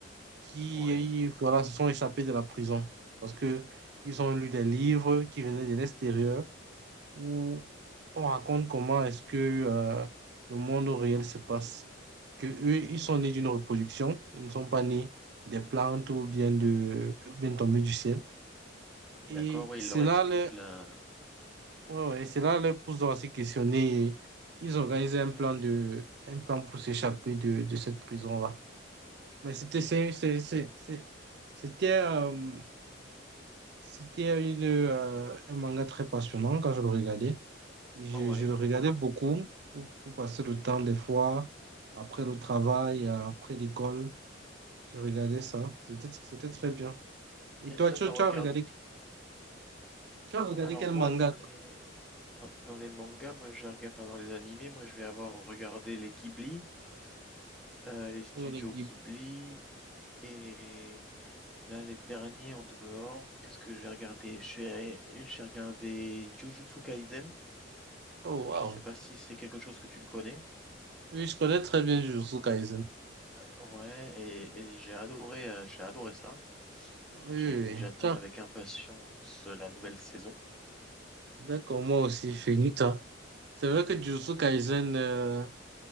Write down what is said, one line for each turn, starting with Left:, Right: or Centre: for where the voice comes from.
Right: qui
Centre: Ouais.
Right: voilà, se sont échappés de la prison parce que ils ont lu des livres qui venaient de l'extérieur où on raconte comment est-ce que euh, le monde réel se passe. Que eux, ils sont nés d'une reproduction, ils ne sont pas nés des plantes ou bien de ou bien tombés du ciel.
Centre: D'accord,
Right: Et
Centre: ouais,
Right: cela
Centre: il leur explique
Right: leur,
Centre: la...
Right: ouais, ouais, cela leur pousse donc à se questionner. Ils organisaient un plan de un plan pour s'échapper de, de cette prison-là. Mais c'était c'est- c'est- c'est- c'est- c'était euh, C'était une, euh, un manga très passionnant quand je le regardais. Et je,
Centre: Ouais.
Right: je le regardais beaucoup pour, pour passer le temps des fois, après le travail, après l'école. Je regardais ça. C'était, c'était très bien. Et
Centre: Et
Right: toi,
Centre: ça,
Right: tu,
Centre: t'as regardé...
Right: tu as regardé, tu
Centre: Oh,
Right: as regardé
Centre: Alors
Right: quel
Centre: moi,
Right: manga,
Centre: dans les...
Right: toi?
Centre: Dans, dans les mangas, moi, j'ai regardé... Enfin, dans les animés, moi, je vais avoir regardé les Ghibli, euh, les studios
Right: Oh, les Ghibli.
Centre: Ghibli, et là, les derniers en dehors, qu'est-ce que j'ai regardé? J'ai j'ai regardé Jujutsu Kaisen.
Right: Oh, wow
Centre: Je sais pas si c'est quelque chose que tu connais.
Right: Oui, je connais très bien Jujutsu Kaisen.
Centre: Ouais, et, et j'ai adoré, euh, j'ai adoré ça.
Right: Oui, oui,
Centre: J'ai,
Right: oui.
Centre: j'attends
Right: Tiens,
Centre: avec impatience la nouvelle saison.
Right: d'accord, moi aussi, Finita. C'est vrai que Jujutsu Kaisen, euh,